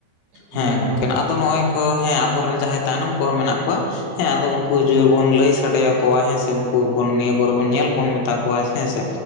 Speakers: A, on the right; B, on the left.
A: ᱮᱱᱠᱷᱟᱱ
B: ᱦᱮᱸ
A: ᱱᱚᱣᱟ
B: ᱜᱚᱝᱠᱮ
A: ᱠᱚ
B: ᱟᱫᱚ ᱱᱚᱜᱼᱚᱭ ᱠᱚ ᱦᱮᱸ ᱟᱵᱚᱨᱮᱱ ᱡᱟᱦᱟᱸᱭ ᱛᱟᱭᱱᱚᱢ ᱠᱚᱨᱮ ᱢᱮᱱᱟᱜ ᱠᱚᱣᱟ ᱦᱮᱸ ᱟᱫᱚ ᱩᱱᱠᱩ ᱡᱩᱫᱤ ᱵᱚᱱ ᱞᱟᱹᱭ ᱥᱟᱰᱮ ᱟᱠᱚᱣᱟ ᱦᱮᱸ ᱥᱮ ᱩᱱᱠᱩ ᱱᱤᱭᱟᱹ ᱠᱚᱨᱮ ᱵᱚᱱ ᱧᱮᱞ ᱵᱚᱱ ᱢᱮᱛᱟ ᱠᱚᱣᱟ ᱦᱮᱸ ᱥᱮ